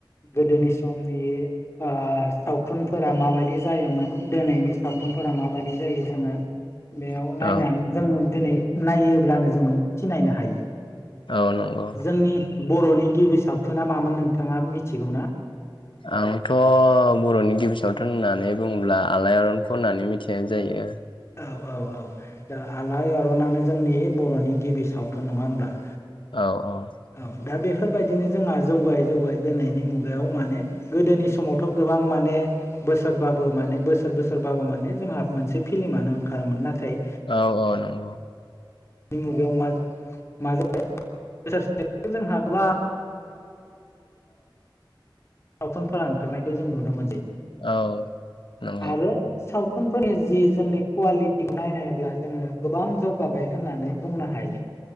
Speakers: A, on the left (about 35°); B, on the left (about 80°).
A: गोदोनि समनि ओ सावथुनफोरा माबायदि जायोमोन दोनैनि सावथुनफोरा माबायदि जायो जोङो
B: <inaudible>
A: बेयाव नायनानै
B: औ
A: जोङो दिनै नायोब्लानो जोङो सिनायनो हायो।
B: औ नंगौ।
A: जोंनि बर'नि गिबि सावथुना मामोन नोंथाङा मिथिगौना?
B: आंथ' बर'नि गिबि सावथुन होननानै बुङोब्ला आलायारनखौ होननानै मिथिनाय जायो।
A: औ औ औ दा आलायारनानो जोंनि बर'नि गिबि सावथुन नङा होनब्ला।
B: औ - औ।
A: औ दा बेफोरबायदिनो जोंहा जौगायै जौगायै दोनैनि मुगायाव माने गोदोनि समावथ' गोबां माने बोसोरबाबो माने बोसोर बोसोरबाबो माने जोंहा मोनसे फिलिमानो ओंखारोमोन नाथाय
B: औ - औ नंगौ।
A: नि मुगायाव मा जायो <inaudible> जोंहा गोबां सावथुनफोरा ओंखारनायखौ जों नुनो मोनसै
B: औ। नंगौ
A: आरो सावथुनफोरनि जि जोंनि कुवालिटिखौ नायनायब्ला जोङो गोबां जौगाबाय होननानै बुंनो हायो। <inaudible>